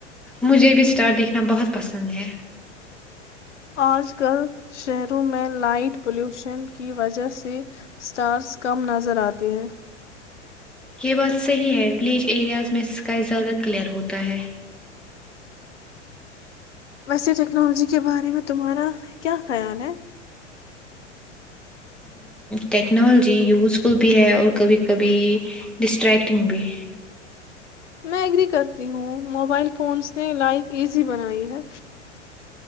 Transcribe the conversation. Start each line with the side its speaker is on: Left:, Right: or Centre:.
Centre: مجھے بھی اسٹار دیکھنا بہت پسند ہے سنجے
Left: آج کل شہروں میں لائٹ پولیوشن کی وجہ سے سٹارز کم نظر آتے ہیں
Centre: یہ بس صحیح ہے ولیج ایریاز میں کائی زیادہ کلیئر ہوتا ہے
Left: ویسے ٹیکنالوجی کے بارے میں تمہارا کیا خیال ہے؟
Centre: ٹیکنالوجی یوزفل بھی ہے اور کبھی کبھی ڈسٹریکٹنگ بھی
Left: میں ایگری کرتی ہوں موبائل فونس نے لائف ایزی بنائی ہے